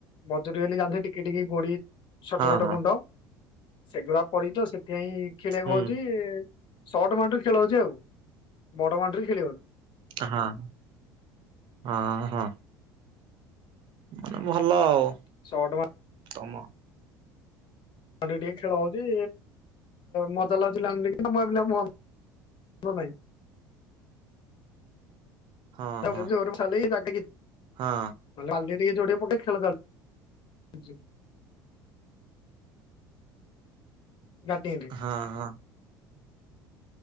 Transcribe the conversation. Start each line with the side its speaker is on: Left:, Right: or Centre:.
Left: ବଜୁରୀ ବୋଲି ଟିକେ ଟିକେ ଗୋଡି ଛୋଟ
Right: ହଁ
Left: ଛୋଟ
Right: ହଁ
Left: ଗୁଣ୍ଡ, ସେଗୁଡା ପଡିଛ ତ ସେଥିପାଇଁ ଖେଳିବାକୁ
Right: ହୁଁ
Left: ହଉଛି। ସଟ ବାଉଣ୍ଡ୍ରି ରେ ଖେଳ ହଉଛି। ଆଉ ବଡ ବାଉଣ୍ଡ୍ରି ରେ ଖେଳି ହଉନି
Right: ହଁ ହଁ ହଁ ମାନେ ଭଲ ଆଉ।
Left: <inaudible>
Right: ତମ
Left: ଖଣ୍ଡି ଟିକେ ଖେଳ ହଉଛି ମଜା ଲାଗୁଥିଲା <unintelligible> ହଁ ଭାଇ-
Right: ହଁ
Left: <unintelligible>
Right: ହଁ ହଁ।
Left: ମାନେ ଟିକେ ଯୋଡିଆ ପଟେ ଖେଳ <unintelligible> ଗାଧେଇନି
Right: ହଁ ହଁ।